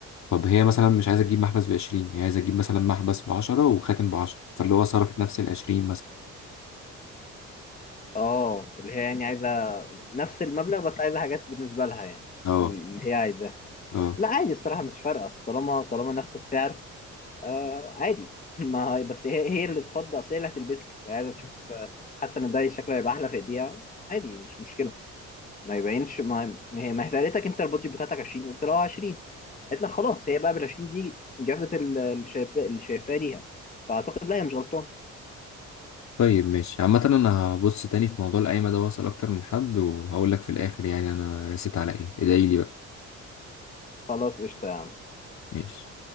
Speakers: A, on the left (about 65°); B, on the left (about 25°).
A: طب هي مثلا مش عايزه تجيب محبس ب 20 هي عايزه تجيب مثلا محبس ب 10 وخاتم ب 10 فاللي هو صرفت نفس ال 20 مثلا
B: اه اللي هي يعني عايزه نفس المبلغ بس عايزه حاجات بالنسبه لها يعني
A: اه
B: اللي هي عايزاه
A: اه
B: لا عادي الصراحه مش فارقه أصل طالما طالما نفس السعر آه عادي <laughs> ما هي- بس هي هي اللي تفضل اصل هي اللي هتلبسه فهي عايزه تشوف حاسه ان ده شكله هيبقى احلى في ايديها عادي مش مشكله ما يبينش ما ما هي ما هي سالتك انت البادجت بتاعتك 20 قلت لها 20 قالت لك خلاص هي بقى بال 20 دي جابت ال- اللي شايفاه اللي شايفاه ليها فاعتقد لا هي مش غلطان
A: طيب ماشي عامة أنا هبص تاني في موضوع القايمة ده وأسأل أكتر من حد وهقول لك في الآخر يعني أنا رسيت على إيه ادعيلي بقى
B: خلاص قشطه يا عم.
A: ماشي